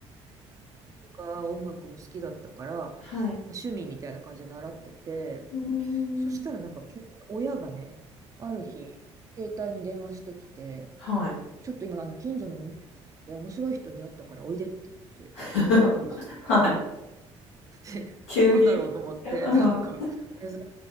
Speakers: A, on the right (about 20°); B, on the left (about 70°).
A: か音楽も好きだったから、まあ、
B: はい。
A: 趣味みたいな感じで習ってて、
B: うー
A: そしたらなんか急に親がね、
B: ん。
A: ある日、携帯に電話してきて、
B: はい。
A: ちょっと今、あの、近所の門店さんで面白い人に出会ったからおいでって言って呼ばれたんですよ。
B: <laughs> はい。
A: で、
B: 急に。
A: <laughs> なんだろうと思って、
B: え、うん。
A: <laughs> なんか、珍し